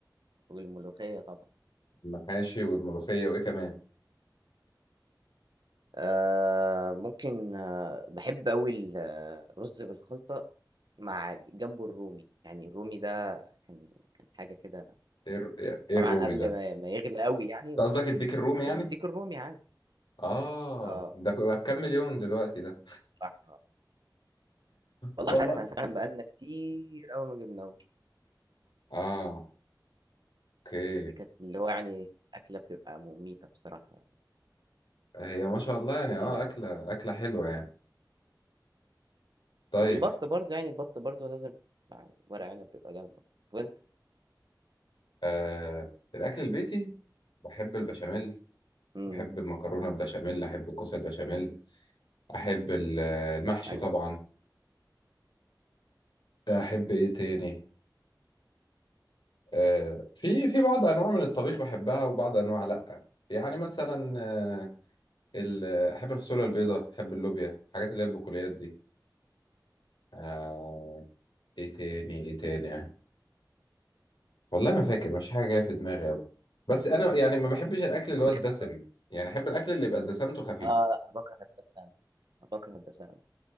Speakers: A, on the right; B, on the left.
A: والملوخية طبعًا.
B: المحاشي والملوخيه وايه كمان
A: آآ ممكن باحب أوي ال الرز بالخلطة مع جنبه الرومي، يعني الرومي ده كان كان حاجة كده
B: ايه الر- ايه
A: طبعًا
B: الرومي
A: قبل
B: ده
A: ما ما يغلى أوي يعني،
B: انت قصدك الديك الرومي يعني
A: الديك الرومي عادي.
B: اه
A: آه،
B: ده بقى بكام مليون دلوقتي ده
A: بصراحة والله
B: والله
A: مش عارف إحنا فعلًا بقى لنا كتير أوي ما جبناهوش،
B: اه اوكي
A: بس كانت اللي هو يعني أكلة بتبقى مميتة بصراحة.
B: هي ما شاء الله يعني اه
A: حلو
B: اكله
A: أوي.
B: اكله حلوه يعني طيب
A: والبط برضه يعني البط برضه لازم مع ورق عنب بيبقى جامد أوي. وأنت؟
B: آه الاكل البيتي بحب البشاميل
A: امم
B: بحب المكرونه البشاميل احب الكوسه البشاميل احب ال- المحشي
A: عايز
B: طبعا احب
A: اه
B: ايه تاني آه، في في بعض انواع من الطبيخ بحبها وبعض انواع لا يعني مثلا آه، ال- احب الفاصوليا البيضاء احب اللوبيا الحاجات اللي هي البقوليات دي آه، ايه تاني ايه تاني والله ما فاكر مش حاجه جايه في دماغي أوي. بس انا يعني ما بحبش الاكل اللي
A: فاصوليا
B: هو الدسم
A: كده
B: يعني احب الاكل اللي يبقى دسمته خفيفه
A: اه لا أنا بكره الدسامة أنا بكره الدسامة